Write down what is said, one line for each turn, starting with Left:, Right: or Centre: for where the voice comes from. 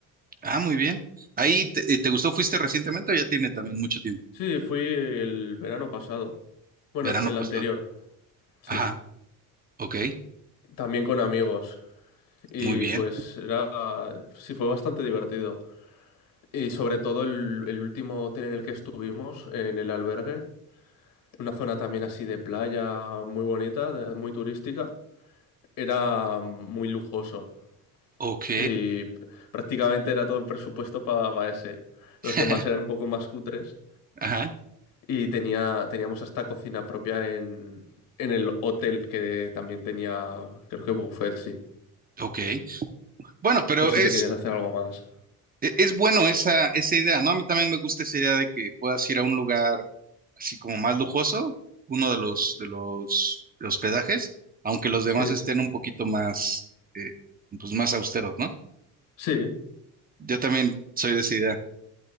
Right: Ah, muy bien. Ahí, te, eh, ¿te gustó? ¿Fuiste recientemente o ya tiene también mucho tiempo?
Left: Sí, fui el verano pasado. Bueno,
Right: Verano
Left: el
Right: pasado.
Left: anterior, sí.
Right: Ajá. Ok,
Left: También con amigos. Y
Right: muy bien.
Left: pues era, sí, fue bastante divertido. Y sobre todo el, el último hotel en el que estuvimos, en el albergue, una zona también así de playa muy bonita, de- muy turística, era muy lujoso.
Right: Ok.
Left: Y prácticamente era todo el presupuesto para ese. Los
Right: <laughs>
Left: demás eran un poco más cutres.
Right: Ajá,
Left: Y tenía, teníamos hasta cocina propia en, en el hotel, que también tenía, creo que buffet, sí.
Right: ok. Bueno, pero
Left: Por si
Right: es,
Left: te querías hacer algo más.
Right: e- es bueno esa, esa idea, ¿no? A mí también me gusta esa idea de que puedas ir a un lugar así como más lujoso, uno de los, de los hospedajes, aunque los demás
Left: Sí,
Right: estén un poquito más, eh, pues más austeros, ¿no?
Left: sí,
Right: Yo también soy de esa idea.